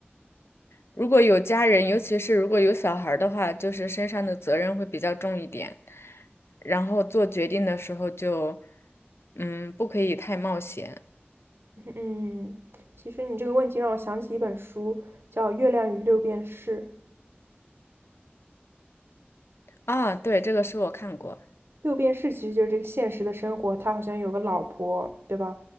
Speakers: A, on the left (about 80°); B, on the right (about 70°).
A: 如果有家人，尤其是如果有小孩儿的话，就是身上的责任会比较重一点，然后做决定的时候就，嗯，不可以太冒险
B: 嗯，其实你这个问题让我想起一本书，叫《月亮与六便士》。
A: 啊。对，这个是我看过，
B: 六便士其实就是这个现实的生活，他好像有个老婆，对吧？